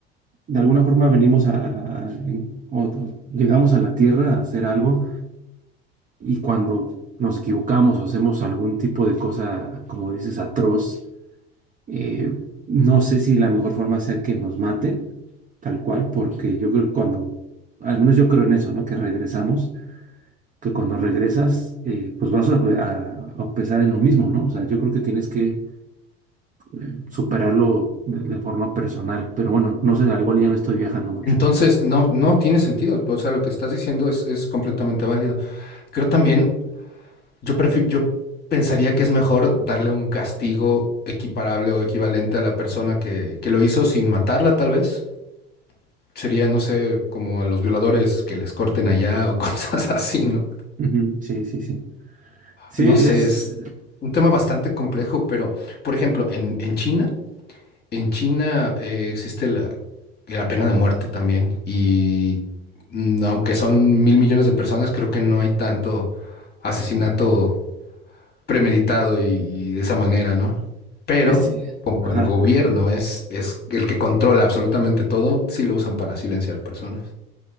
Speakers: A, on the right; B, on the left.
A: de alguna forma venimos a, a la- en- o- o llegamos a la Tierra a hacer algo Y cuando nos equivocamos o hacemos algún tipo de cosa, como dices, atroz, eh, no sé si la mejor forma sea que nos maten, tal cual, porque yo creo que cuando, al menos yo creo en eso, ¿no? Que regresamos, que cuando regresas, eh, pues vas a, a- a empezar en lo mismo, ¿no? O sea, yo creo que tienes que eh, superarlo de, de forma personal, pero bueno, no sé, al igual ya me estoy viajando mucho.
B: Entonces, no, no tiene sentido. O sea, lo que estás diciendo es, es completamente válido. Creo también, yo prefi- yo pensaría que es mejor darle un castigo equiparable o equivalente a la persona que, que lo hizo sin matarla, tal vez. Sería, no sé, como a los violadores que les corten allá o <laughs> cosas así, ¿no?
A: Ujú, Sí, sí, sí. Sí,
B: no sé,
A: es,
B: es un tema bastante complejo, pero por ejemplo, en, en China, en China eh, existe la, la pena de muerte también y mm, aunque son mil millones de personas, creo que no hay tanto asesinato premeditado y, y de esa manera, ¿no? Pero
A: es,
B: como
A: ajá.
B: el gobierno es, es el que controla absolutamente todo, sí lo usan para silenciar personas.